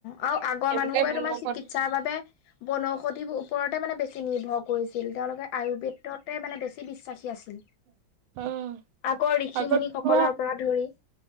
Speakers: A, on the left; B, on the right.
A: আৰু আগৰ
B: সেইবোৰকে
A: মানুহবোৰে
B: বনৌষধ
A: তোমাৰ চিকিৎসাৰ বাবে বনৌষধি ওপৰতে মানে বেছি নিৰ্ভৰ কৰিছিল। তেওঁলোকে আয়ুৰ্বেদ তে মানে বেছি বিশ্বাসী আছিল।
B: অ',
A: আগৰ ঋষি-মুনি
B: আগত
A: সকলৰ
B: তোমাৰ
A: পৰা ধৰি